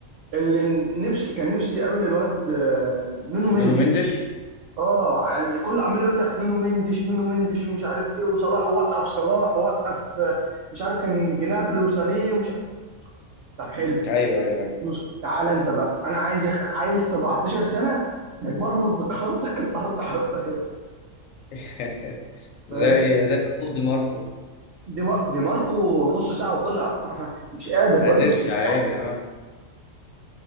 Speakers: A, on the right; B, on the left.
A: اللي نفسي كان نفسي يقابل الواد آه، نونو مندش
B: نونو مندش
A: اه يعني كل عمال يقول لك نونو مندش نونو مندش ومش عارف ايه وصلاح وقف صلاح وقف آه، مش عارف كان جنابري وسانيه ومش عارف طب حلو
B: ايوه ايوه
A: بص تعالى انت بقى انا عايز أخ... عيل 17 سنه هيمرمط بكرامتك الارض حرفيا
B: ايوه <laughs>
A: فاهمني
B: زي زي ما تقول دي ماركو
A: دي مار... دي ماركو نص ساعه وطلع <laughs> مش قادر
B: ما
A: الواد
B: قدرش
A: مش
B: يا عيني
A: قادر.
B: اه